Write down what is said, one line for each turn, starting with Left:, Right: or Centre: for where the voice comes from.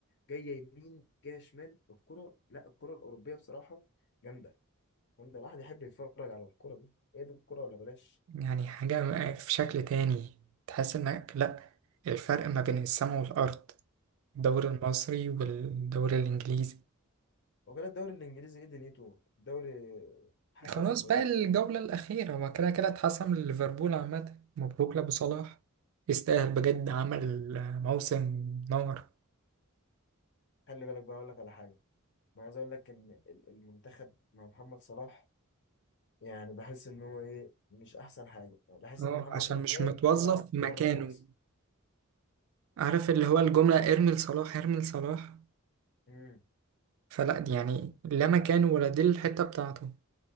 Left: جايه يمين جايه شمال الكره لا الكره الاوروبيه بصراحه جامده جامده الواحد يحب يتفرج على الكره دي ايه ده الكره ولا بلاش
Right: يعني حاجة في شكل تاني تحس انك لا الفرق ما بين السماء والأرض الدوري المصري والدوري الإنجليزي
Left: هو كده الدوري الانجليزي ايه دنيته الدوري حسب
Right: خلاص
Left: ولا
Right: بقى
Left: ايه
Right: الجولة الأخيرة هو كده كده اتحسم لليفربول عامة مبروك لأبو صلاح يستاهل بجد عمل موسم نار
Left: خلي بالك بقى اقول لك على حاجه انا عايز اقول لك ان ال- المنتخب مع محمد صلاح يعني بحس ان هو ايه مش احسن حاجه يعني بحس
Right: اه
Left: ان محمد
Right: عشان
Left: صلاح
Right: مش
Left: ده
Right: متوظف
Left: بيلعب
Right: في مكانه
Left: بره احسن
Right: عارف اللي هو الجملة ارمي لصلاح ارمي لصلاح
Left: امم
Right: فلا دي يعني لا مكانه ولا دي الحتة بتاعته